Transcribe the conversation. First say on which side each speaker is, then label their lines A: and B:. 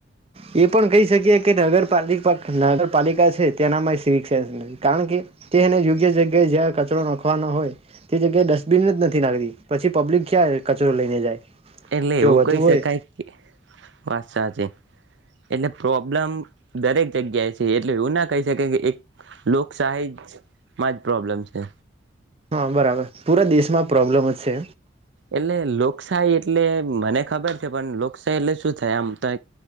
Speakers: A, on the right; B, on the right.
A: એ પણ કહી શકી કે નગરપાલિકા નાગર પાલિકા છે તેનામાં શીટ કારણ કે તે યોગ્ય જગ્યાએ કચરો નખવા ના હોય એ જગ્યાએ ડસ્ટબિન જ નથી લખતી પછી પબ્લિક ક્યા કચરો લઈને જાય
B: એટલે
A: જો
B: એવું
A: વધુ
B: કહી શકાય
A: હોય
B: કે વાત સાચી એટલે પ્રોબ્લેમ દરેક જગ્યાએ છે એટલે એવુ ના કહી શક કે એક લોકશાહી જ માં જ પ્રોબ્લેમ છે.
A: હા બરાબર પૂરા દેશમાં પ્રોબ્લેમ છે.
B: એટલે લોકશાહી એટલે મને ખબર છે પણ લોકશા. એટલે શું થાય આમ તો.